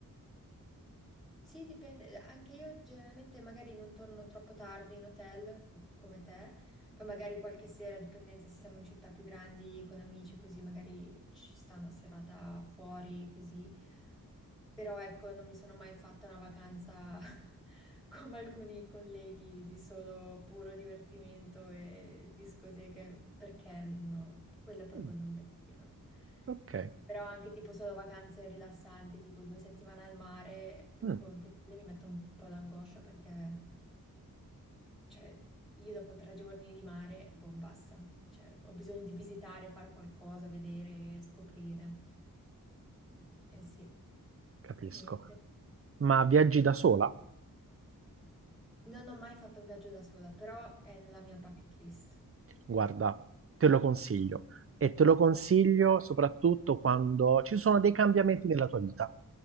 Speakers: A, in the centre; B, on the right.
A: sì, dipende. Anche io generalmente magari non torno troppo tardi in hotel f- come te, poi magari qualche sera, a dipendenza se siamo in città più grandi con amici, così magari ci sta una serata fuori, così. Però ecco, non mi sono mai fatta una vacanza <laughs> come alcuni colleghi di solo puro divertimento e discoteche, perché no, quelle proprio
B: mm,
A: non mi attirano.
B: ok,
A: Però anche tipo solo vacanze rilassanti, tipo due settimane al mare, ecco,
B: mm,
A: anche quelle mi mettono un po' d'angoscia perché, cioè, io dopo tre giorni di mare, boh, basta. Cioè, ho bisogno di visitare, fare qualcosa, vedere, scoprire. Eh sì,
B: capisco.
A: e niente.
B: Ma viaggi da sola?
A: Non ho mai fatto un viaggio da sola, però è nella mia bucket list.
B: Guarda, te lo consiglio. E te lo consiglio soprattutto quando ci sono dei cambiamenti nella tua vita.